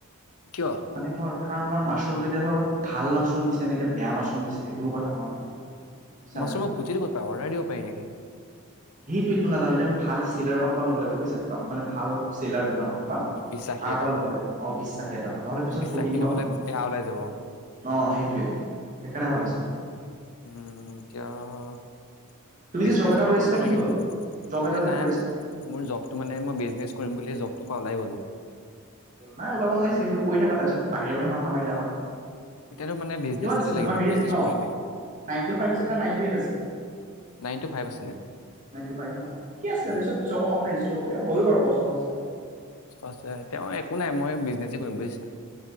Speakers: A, on the left (about 75°); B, on the right (about 35°).
A: কিয়
B: মানে ধৰ কাৰণ তোমাৰ মাছৰুমটো এতিয়া ধৰা ভাল মাছৰুম দিছে নে এতিয়া বেয়া মাছৰুম দিছে সেইটোও কথা নহয়। বুজিছা
A: মাছৰুমৰ
B: নাই
A: গুটিটো ক'ত পায়? অৰ্ডাৰ দিব পাৰি নেকি?
B: সেইটোয়েইটো নাজানো। এতিয়া আমি ভাল <unintelligible> পৰা ল'ব লাগিব, বুজিছ <unintelligible> মানে ভাল চিলাৰ নুশুনিবা,
A: বিশ্বাসী
B: তাৰ
A: এটা
B: পৰা ল'ব লাগিব। অ', বিশ্বাসী এটাৰ পৰা। নহ'লে পিছত
A: বিশ্বাসী
B: ঠগি দিব
A: নহ'লে
B: নহয়।
A: বেয়া ওলাই যাব
B: অ', সেইটোৱেই। সেইকাৰণে ভাবিছোঁ।
A: উম <unintelligible>
B: তুমি
A: বিজনেছটো
B: যে জব এটা কৰি আছিলা
A: কৰিব
B: কি
A: লাগিবই।
B: হ'ল
A: এ,
B: জব এটা যে
A: নাই,
B: কৰি আছিলা
A: মোৰ জবটো, মানে, মই বিজনেছ কৰিম বুলিয়েই জব টোপা ওলাই গ'লোঁ।
B: নাই, ওলাব নালাগিছিলে। সেইটো কৰি থকা। তাৰ পিছত, বাহিৰে-বাহিৰে মাথা মাৰিলা, হয়।
A: এতিয়াতো মানে বিজনেছ
B: কিমান
A: এটাতে
B: আছিলে
A: লাগিম
B: তোমাৰ?
A: আৰু
B: হেৰি
A: বিজনেছ
B: আছিল ন?
A: কৰিমেই
B: নাইন টু ফাইভ আছিল নে নাইন টু এইট আছিল?
A: নাইন টু ফাইভ আছিলে
B: নাইন টু ফাইভ ন? ঠিকে আছিলে
A: উম
B: দিয়া চোন পিছৰ কোন অকন ৰেষ্ট লব হয় ও দিয়া চোন। পাছে।
A: <unintelligible> তেওঁ একো নাই। মই বিজনেছেই কৰিম, বুজিছা?